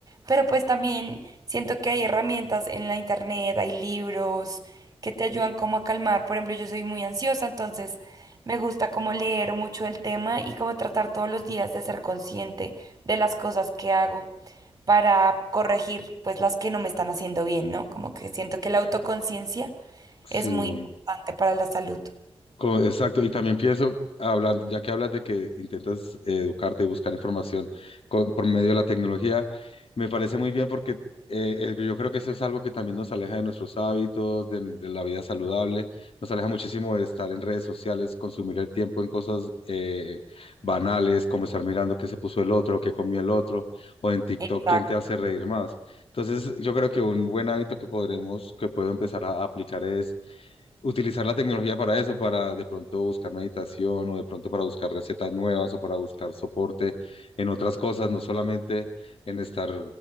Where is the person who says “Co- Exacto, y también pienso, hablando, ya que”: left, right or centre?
Left